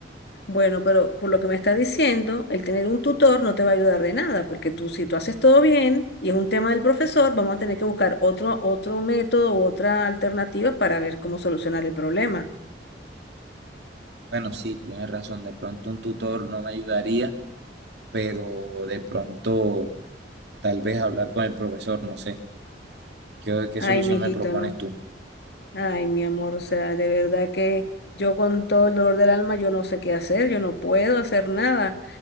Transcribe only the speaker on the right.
Bueno, sí, tienes razón. De pronto un tutor no me ayudaría, pero de pronto tal vez hablar con el profesor, no sé. ¿Qué, qué
solución
me propones
tú?